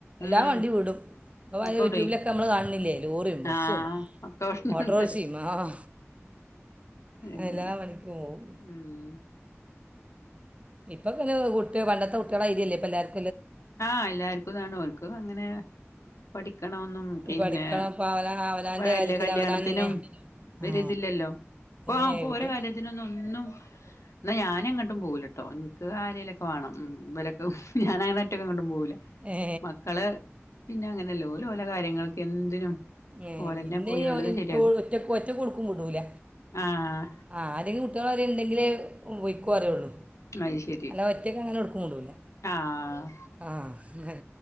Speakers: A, on the right; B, on the left.
A: എല്ലാ
B: ഉം
A: വണ്ടിയും വിടും <unintelligible>
B: ഒക്കോടെ
A: യൂട്യൂബിൽ ഒക്കെ നമ്മള് കാണുന്നില്ലേ ലോറിയും ബസ്സും
B: ആഹ് ഒക്കെ
A: ഓട്ടോറിക്ഷയും
B: ഉണ്ട്
A: ആഹ് ഹ
B: അങ്ങനെ
A: എല്ലാ പണിക്കും പോവും
B: ഉം
A: ഇപ്പൊ പിന്നെ കുട്ടിയ പണ്ടത്തെ കു ക്കള രീതി അല്ലേ ഇപ്പൊ എല്ലാരും
B: ആഹ് എല്ലാർക്കുംതാണ് ഓർക്ക് അങ്ങനെ പഠിക്കണോന്നും പിന്നെ
A: ഈ പഠിക്കണം ഇപ്പം അവന അവനാൻ്റെ
B: വല്ല
A: കാര്യത്തിന്
B: കല്യാണത്തിനും
A: അവനാൻ തന്നെ ആ
B: ഒരിതില്ലല്ലോ അപ്പ
A: ഏ
B: ആപ്പ
A: കുട്ടി
B: ഓര കാര്യത്തിനൊന്നും ഒന്നും എന്നാ ഞാനെങ്ങോട്ടും പോകുലട്ടോ നിക്ക് ആരേലൊക്കെ വേണം ഇവരൊക്കെ ഞാനങ്ങന ട്ടികൾ കൊണ്ടും പോവൂല
A: ഏ
B: മക്കള് പിന്നെ അങ്ങനല്ലേ ഓരു ഓര കാര്യങ്ങൾക്ക് എന്തിനും
A: ഏ
B: ഓലന്നെ
A: പിന്നെ
B: പോയി ഓലത്
A: ഓല്
B: ശരിയാക്കും
A: ഓള് ഒറ്റ ഒറ്റക്ക് ഒടുക്കും വിടൂല
B: ആഹ്
A: ആ ആരെങ്കിലും കുട്ടികള് അതിണ്ടെങ്കിലെ വോയ്ക്കോ പറയുള്ളൂ
B: അത് ശരി
A: അല്ലാ ഒറ്റക്കനെ എവ്ട്ക്കും വിടൂല
B: ആഹ്
A: ആ ഹ്